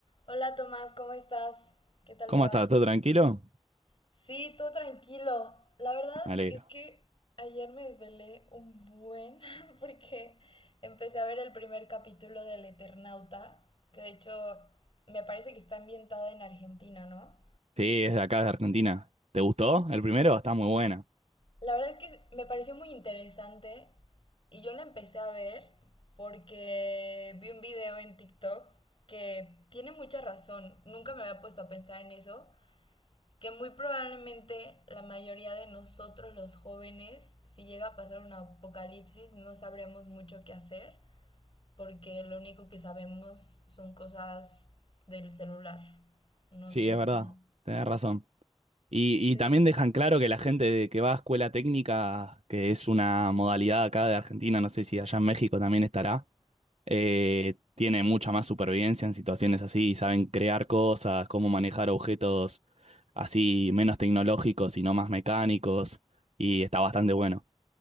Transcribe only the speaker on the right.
¿Cómo
estás? ¿Todo tranquilo?
Me alegro.
Sí, es de acá, de Argentina. ¿Te gustó? El primero está muy buena.
Sí,
es
verdad. Tenés razón. Y,
y también dejan claro que la gente de- que va a escuela técnica, que es una modalidad acá de Argentina, no sé si allá en México también estará, eh, tiene mucha más supervivencia en situaciones así, y saben crear cosas, cómo manejar objetos así menos tecnológicos y no más mecánicos, y está bastante bueno.